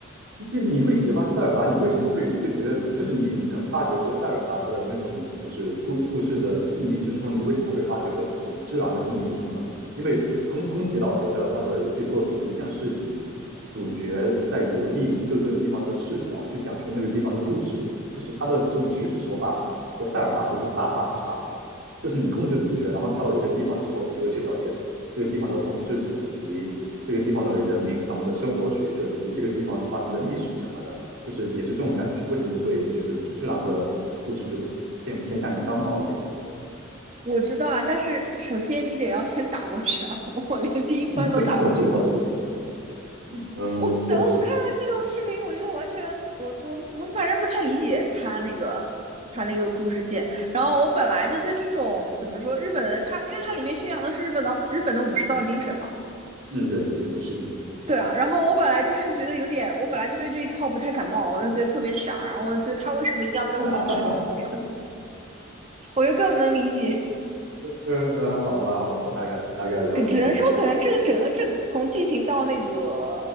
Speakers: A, on the right; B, on the right.
A: 就你会喜欢塞尔达，你为什么会会觉得，就是你你能发掘出塞尔达的那种就是故故事的细腻之处，你为什么会发掘不了西之狼的细腻之处呢？因为宫宫崎老贼的他的游戏作品一向是以主角在游历各个地方的视角去讲述那个地方的故事，就是他的这种叙事手法和塞尔达其实是大差不差的。就是你控制主角，然后你到了一个地方之后，你会去了解这个地方的统治者以及这个地方的人民他们的生活水准以及这个地方发生的历史什么的，就是也是这种感觉。为什么你会觉得智狼的故事就偏偏向于单薄一点呢？
B: 我知道啊，但是首先你得要先打过去啊！<laughs> 我连第一关都打不过。
A: <laughs> 你不是看了剧透视频？嗯，
B: 我等我看了这种视频，
A: 确实，
B: 我就完全我我我反正不太理解他那个他那个故事线。然后我本来就对这种怎么说日本的他，因为它里面宣扬的是日本的日本的武士道精神嘛，
A: 嗯，对对对，无视频存在，没错。
B: 对啊。然后我本来就是觉得有点，我本来就对这一套不太感冒，我就觉得特别傻。然后我觉得他为什么一定要最后牺牲自己啊？
A: <laughs>
B: 我就更不能理解。
A: 嗯嗯，好吧好吧，我大概大概了解你了。
B: 可只能说可能这个整个这个从剧情到那个